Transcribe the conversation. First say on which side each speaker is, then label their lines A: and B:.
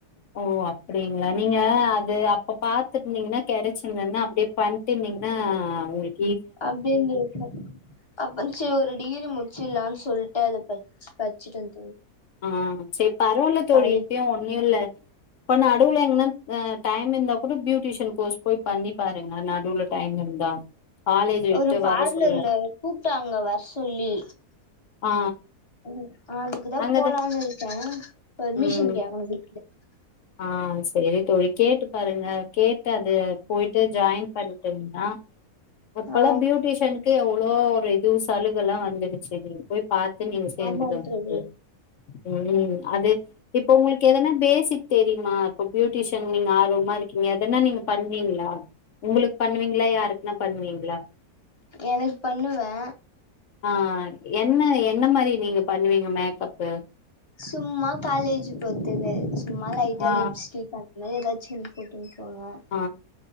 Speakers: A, on the left; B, on the left.
A: ஓ அப்படிங்களா நீங்க அது இது அப்ப பாத்தீர்ங்கனா கெடச்ர்கன்னா அப்டியே பண்னுதீங்கன்னா உங்களுக்
B: அப்டியே இருந்துருக்கும் அப்பங் சோறு டிகிரி முடிச்சிரலானு சொல்லிட்டு அத பச் பச்சுட்டு வந்
A: ஆ சேர் பரவாயில்ல தோழி
B: காலேஜ்
A: இப்பயும் ஒன்னு இல்ல இப்ப நடுவுல என்னா டைம் இருந்தா கூட பியூட்டிஷன் கோஸ் போய் பண்ணி பாருங்க நடுவுல டைம் இருந்தா காலேஜ் விட்டு
B: ஒரு பார்லர்ல
A: வர சொல்ல
B: கூப்ட்டாங்க வர சொல்லி
A: ஆ
B: <inaudible> அதுக்குதான்
A: அங்கத
B: போலான்னு இருக்கேன் பெர்மிஷன்
A: ம்
B: கேட்கணும் வீ
A: ஆ செரி தோழி கேட்டு பாருங்க கேட்டு அது போயிட்டு ஜாயின் பண்ணிட்டீங்கன்னா அப்பல்லாம்
B: ஆ
A: பியூட்டிஷனுக்கு எவ்வளோ ஒரு இது சலுக எல்லாம் வந்துரு செரி நீங்க போய் பாத்து நீங்க சேந்துக்கங்க
B: ஆமா தோழி
A: அதுல ம் அது இப்ப உங்களுக்கு எதனா பேஷிக் தெரியுமா இப்போ பியூட்டிஷன் நீங்க ஆர்வமா இருக்கீங்க எதனா நீங்க பண்ணுவீங்களா உங்களுக் பண்ணுவீங்களா யாருக்குனா பண்ணுவீங்களா
B: எனக்கு பண்ணுவே
A: ஆ என்ன என் என்ன மாரி நீங்க பண்ணுவீங்க மேக்கப்பு
B: சும்மா காலேஜ் பொறுத்தது சும்மா லைட்டா
A: ஆ
B: லிப்ஸ்டிக் அ என்னா ஏதாச்சும் போட்டு போவேன்
A: ஆ